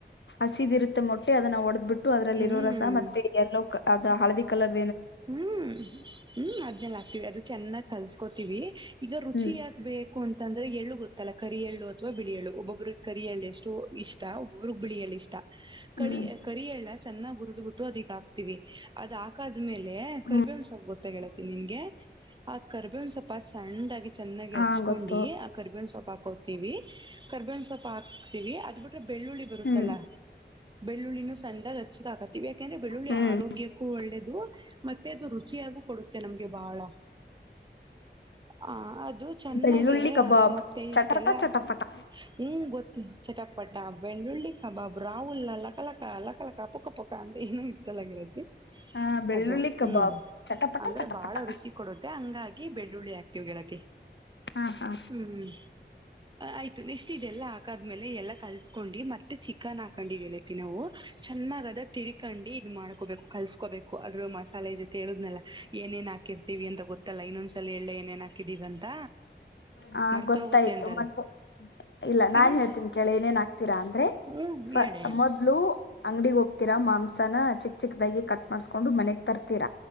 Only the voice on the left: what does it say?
ಹಸಿದ ಇರುತ್ತೆ ಮೊಟ್ಟೆ ಅದನ್ನ ಒಡದ್. ಟ್ಟು ಅದರಲ್ಲಿ
ಇರೋ ರಸಾ ಮತ್ತೆ ಎಲ್ಲೋಕ. ಅದ ಹಳದಿ ಕಲರ್.
ಹ್ಮ್
ಹ್ಮ್
ಹ್ಮ್
ಹಾ
ಗೊತ್ತು
ಹ್ಮ್
ಹ್ಮ್
ಬೆಳ್ಳುಳ್ಳಿ ಕಬಾಬ್
ಚಟಪಟ
ಚಟಪಟ
ಹಾ ಬೆಳ್ಳುಳ್ಳಿ
ಕಬಾಬ್
ಚಟಪಟ
ಚಟಪಟ
ಹಾ ಹಾ
ಹ
ಗೊತ್ತಾಯ್ತು
ಮತ್ತೆ ಇಲ್ಲ ನಾನ್
ಹೇಳ್ತೀನಿ ಕೇಳಿ ಏನೇನ್ ಆಗ್ತೀರಾ ಅಂದ್ <unintelligible>
ಮೊದ್ಲು ಅಂಗ್ಡಿ ಹೋಗ್ ರ್ತೀರಾ ಮಾಂಸನ ಚಿಕ್ ಚಿಕ್ದಾಗಿ ಕಟ್ ಮಾಡ್ಸ್ಕೊಂಡು ಮನೆಗ್ ತರ್ತೀರ.